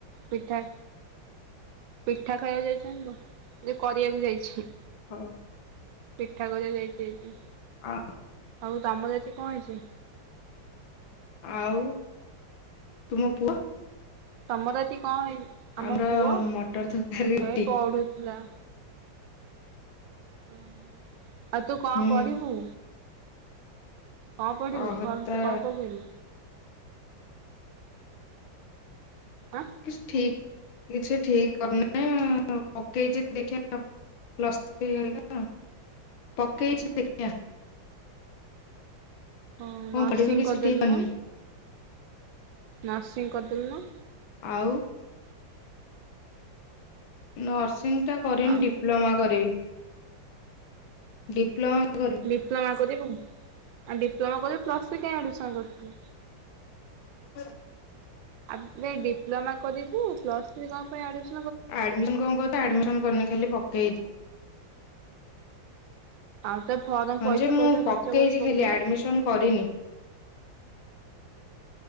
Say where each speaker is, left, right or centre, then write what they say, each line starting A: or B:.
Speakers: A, on the right; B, on the left.
A: ପିଠା। ପିଠା ଖାଇବାକୁ ଯାଇଛନ୍ତି କରିବାକୁ ଯାଇଛି।
B: ହଁ।
A: ପିଠା କ ଯାଇଛି ଏକି
B: ହଁ।
A: ଆଉ ତାମ ଯାତିଛି କଣ ହେଇଛି?
B: ଆଉ ତୁମ ପୁଅ?
A: ତମର ଏଠ କଣ ହେଇ, ଆମ
B: ଆମର
A: ପୁଅ!
B: ମଟର ତରକାରୀ ରୁଟି
A: ହେବେ ପଢୁଥିଲା। ଓ ଆଉ ତୁ କଣ
B: ହୁଁ
A: ପଡିବୁ? କଣ ପଡିବୁ
B: ଅହତା
A: କଣ ପକେଇନି ଆଁ?
B: କିଛି ଠିକ କିଛି ଠିକ କରଁ <unintelligible> ପକେଇଚି ଦେଖିଆ ପ୍ଲସ ଥ୍ରି। <unintelligible> ପକେଇଚି ଦେଖିଆ।
A: ହଁ
B: କଣ
A: ନର୍ସିଂ
B: ପଢିବି କିଛି
A: କରିଦେଲୁନୁ।
B: ଠିକ କରିନି
A: ନର୍ସିଂ କରିଦେଲୁନୁ।
B: ଆଉ ନର୍ସିଂ ଟା କରିନି
A: ଆଉ
B: ଡିପ୍ଲୋମା କରିବି ଡିପ୍ଲୋମା କରିବି।
A: ଡିପ୍ଲୋମା କରିବୁ, ଆ ଡିପ୍ଲୋମା କରିବୁ ପ୍ଲସ ଥ୍ରି କାଇଁ ଆଡ୍ମିସନ୍ କରୁଥିଲୁ?
B: ହଁ।
A: ଆବ୍ ଏ ଡିପ୍ଲୋମା କରିବୁ ପ୍ଲସ ଥ୍ରି କଣ ପାଇଁ ଆଡମିଶନ୍
B: ଆଡମିସନ୍ କଣ କର ଆଡମିସନ୍ କରିନି ଖାଲି ପକେଇ
A: ଆଉ ତ ଫର୍ମ
B: ହଁ
A: ପଇସା
B: ଯେ ମୁଁ
A: ପଇସା ଖର୍ଚ୍ଚ
B: ପକେଇଛି
A: କରି ପକେଇଲୁ।
B: ଖାଲି ଆଡମିସନ କରିନି। ହ <inaudible>